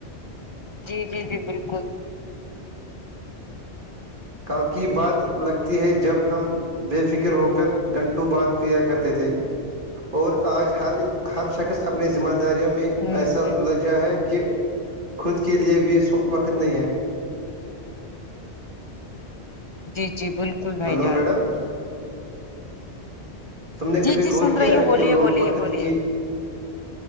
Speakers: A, on the left; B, on the right.
A: جی جی جی بالکل
B: کل کی بات لگتی ہے جب ہم بے فکر ہو کر گھنٹوں بعد کیا کرتے تھے اور آج ہر ہر شخص اپنی ذمہ داریوں میں
A: ہوں
B: ایسا
A: ہوں
B: لجہ ہے کہ خود کے لئے بھی وقت نہیں ہے
A: جی جی بالکل بھائی
B: ہلو
A: جان
B: میڈم تم نے کبھی
A: جی جی
B: غور
A: سن
B: کیا
A: رہی ہوں
B: ہے
A: بولیے
B: کہ لوگ
A: بولیے
B: وقت
A: بولیے
B: کی